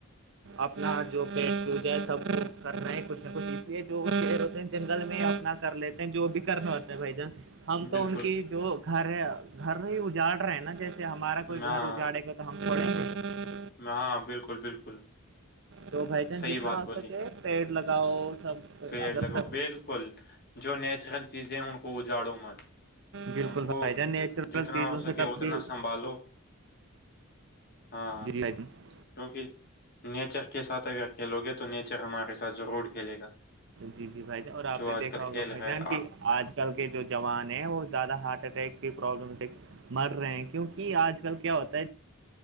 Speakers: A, on the right; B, on the left.
A: اپنا جو پس ہو جائے سب کرنا ہے کچھ نہ کچھ اس لیے جو شر ہوتے ہیں جنگل میں اپنا کر لیتے ہیں جو بھی کرنا ہوتا ہے بھائی جان ہم تو
B: بالکل،
A: ان کی جو گھر ہے گھر ہی اجاڑ رہے ہیں نا جیسے ہمارا کوئی
B: ہاں،
A: گھر اجاڑے گا تو ہمپڑے
B: ہاں بالکل بالکل
A: تو بھائی چانس
B: صحیح
A: جتنا
B: بات
A: ہو
B: بولی،
A: سکے پیڑ لگاؤ سب
B: پیڑ
A: اگر
B: لگوؤ
A: سب
B: بالکل جو نیچرل چیزیں ان کو کو اجاڑو مت
A: بالکل
B: ان
A: بھائی
B: کو
A: جان نیچرل
B: جتنا
A: چیزوں
B: ہو سکے
A: سے کبھی
B: اتنا سنبھالو ہاں
A: جی بھائی جان
B: کیونکہ نیچک کے ساتھ اگر کھیلو گے تو نیچک ہمارے ساتھ ضرور کھیلے گا
A: جی جی بھائی جان اور آپ
B: جو
A: نے دیکھا
B: آج کل کھیل
A: ہوگا بھائی
B: رہا
A: جان
B: ہے
A: کی آج کے جوان ہیں وہ زیادہ ہارٹ اٹیک کی پرابلم سے مر رہے ہیں کیونکہ آج کل کیا ہوتا ہے